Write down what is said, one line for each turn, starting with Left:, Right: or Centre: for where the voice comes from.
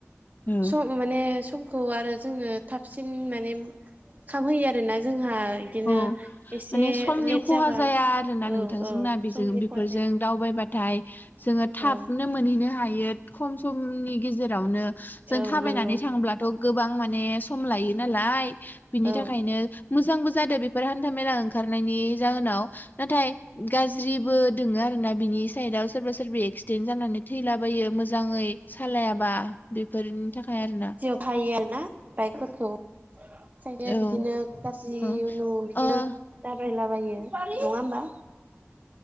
Left: औ
Right: स खौ माने समखौ आरो जोंनो थाबसिन माने खामहोयो आरोना जोंहा इदिनो
Left: औ
Right: एसे
Left: माने समनि
Right: लेट
Left: खहा
Right: जाबा
Left: जाया आरो ना
Right: औ
Left: नोंथांजोंना
Right: औ
Left: बेजों
Right: समनि
Left: बेफोरजों
Right: खहा जाया
Left: दावबायबाथाय जोङो थाबनो
Right: औ
Left: मोनहैनो हायो खम समनि गेजेरावनो जों
Right: औ
Left: थाबायनानै
Right: नंगौ
Left: थांब्लाथ' गोबां माने सम लायो नालाय। बिनि
Right: औ
Left: थाखायनो मोजांबो जादों बेफोर हान्थामेला ओंखारनायनि जाहोनाव नाथाय गाज्रिबो दोङो आरो ना बिनि सायेदाव सोरबा सोरबि एक्स देन्ट जानानै थैलाबायो मोजाङै सालायाबा बेफोरनि थाखाय आरोना?
Right: खायो ना बाइकफोरखौ <unintelligible>
Left: औ
Right: बिदिनो गाज्रि
Left: औ ओ
Right: उनु बिदिनो
Left: ओ
Right: दाब्रायलाबायो। नङा ओमबा?